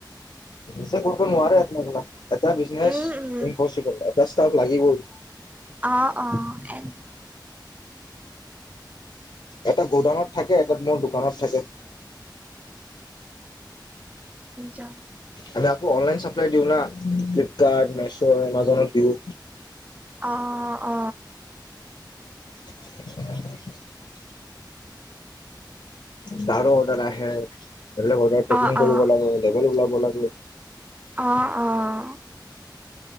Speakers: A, on the left (about 75°); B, on the right (about 20°).
A: ছে কপ নাৰে ন ত এটা বিজনেছ
B: উম উম
A: ইম্পচিবল। দচটা লাগিবই।
B: অ', অ', সে
A: এটা গোডানত থাকে। এটা মোৰ দোকানত থাকে।
B: নিছা।
A: আমি আকৌ অনলাইন চাপ্লাই দিওঁ ন, ফ্লিপকাৰ্ট, মেছো, এমাজনত দিওঁ।
B: অ'। অ
A: <inaudible> তাৰো অৰ্ডাৰ আহে, অৰ্ডাৰ ট্ৰেকিং
B: অ
A: কৰিব
B: অ
A: লাগে, লেবেল ওলাব লাগে।
B: অ', অ'।